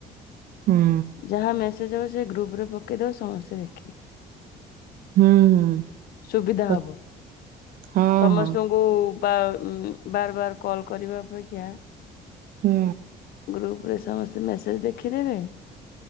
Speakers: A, on the right; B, on the left.
A: ହୁଁ
B: ଯାହା ମେସେଜ ହେବ ସେ ଗ୍ରୁପରେ ପକେଇଦବ ସମସ୍ତେ ଦେଖିବେ।
A: ହୁଁ ହୁଁ
B: ସୁବିଧା
A: କ
B: ହବ
A: ହଁ
B: ସମସ୍ତଙ୍କୁ-ଉ-ଉ
A: ହଁ
B: ବାର ବାର ବାର କଲ୍ କରିବା ଅପେକ୍ଷା
A: ହୁଁ।
B: ଗ୍ରୁପ ରେ ସମସ୍ତେ ମେସେଜ ଦେଖିଦେବେ।